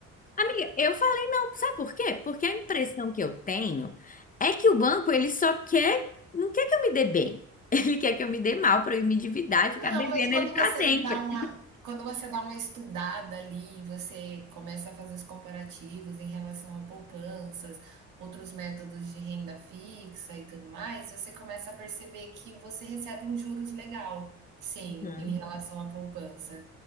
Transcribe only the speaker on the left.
Amiga, eu falei não. Sabe por quê? Porque a impressão que eu tenho é que o banco, ele só quer, não quer que eu me dê bem. <laughs> Ele quer que eu me dê mal para eu me endividar
e ficar devendo
ele para
sempre.
Uhum.